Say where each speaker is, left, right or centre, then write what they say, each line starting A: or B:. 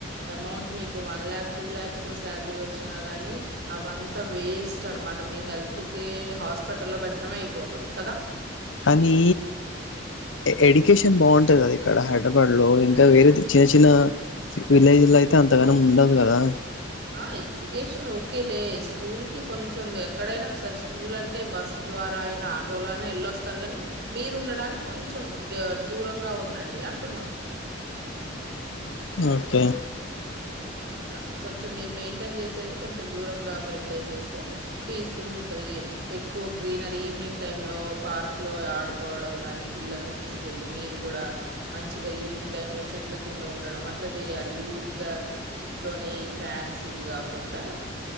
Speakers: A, on the right; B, on the left.
A: అమౌంట్ మీకు one lakh two lakhs salary వచ్చినా గానీ అవంతా వేస్ట్ అనమాట మీ హెల్త్ కి హాస్పిటల్ లో పెట్టడమే అయిపోతుంది కదా
B: కానీ ఎడ్యుకేషన్ బాగుంటాది కద ఇక్కడ హైదరాబాద్ లో ఇంకా వేరే చిన్న చిన్న విలేజ్ లో అయితే అంతగానం ఉండదు కదా
A: ఆ ఎడ్యుకేషన్ ఓకేలే స్కూల్ కి కొంచెం ఎక్కడైనా ఒకసారి స్కూల్ అంటే బస్సు ద్వారా అయిన ఆటోలో అయినా ఎల్ళొస్తారు గాని మీరు ఉండడానికి కొంచెం దూరంగా ఉండండి అంటున్నాం
B: ఓకే
A: ఆ అట్లా కొంచెం మీరు మెయింటైన్ చేసేది కొంచెం దూరంగా మెయింటైన్ చేస్తే పీస్ఫుల్ ఉంటది ఎక్కువ గ్రీనరీ ఈవినింగ్ టైమ్ లో పార్క్ లో ఆడుకోవడం కాని పిల్లల్ని తీసుకెళ్ళి మీరు కూడా మంచిగా ఈవినింగ్ టైమ్ లో చెట్ల కింద ఉండడం అట్లా చేయాలి ఊరి ఇంకా ఇంట్లోనే ఈ ఫ్యాన్స్ ఇవి కాకుండా